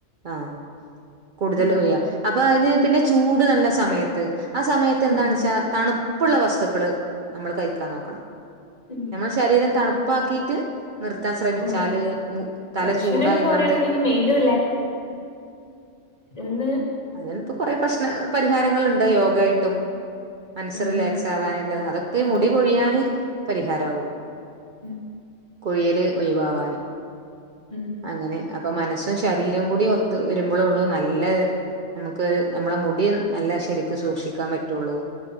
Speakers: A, on the right; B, on the left.
A: ആഹ കൂടുതൽകൊഴിയ
B: ഉം
A: അപ്പൊ അതിന് പിന്നെ ചൂട് നല്ല സമയത്ത് ആ സമയത്ത്
B: ഉം
A: എന്താണ വെച്ചാ തണുപ്പുള്ള വസ്തുക്കള് നമ്മൾ കഴിക്കാൻ നോക്കണം.
B: ഉം
A: നമ്മളെ ശരീരം തണുപ്പാക്കിയിട്ട് നിർത്താൻ ശ്രമിച്ചാല്
B: ആഹ്
A: മു തല
B: ടെൻഷനൊക്കെ
A: ചൂടാ യിങ്ങാണ്ട്
B: കൊറയണെന്നുണ്ടെങ്കിൽ മൈൻഡ് എന്ന്
A: അതിനി ഇപ്പോ കൊറെേ പ്രശ്ന പരിഹാരങ്ങൾണ്ട് യോഗ ആയിട്ടും മനസ്സ്
B: ഉം
A: റിലാക്സ് ആവാനില്ലത് അതൊക്കെ
B: അതെ
A: മുടി കൊഴിയാന് പരിഹാരാവും.
B: ഉം
A: കൊഴിയല് ഒഴിവാവാന്
B: ഉം
A: അങ്ങനെ അപ്പൊ മനസ്സും ശരീരവും കൂടി ഒത്ത് വരുമ്പോഴൊള്ളു നല്ല നമുക്ക് നമ്മളെ മുടി നല്ല ശരിക്ക് സൂക്ഷിക്കാൻ പറ്റൊള്ളു.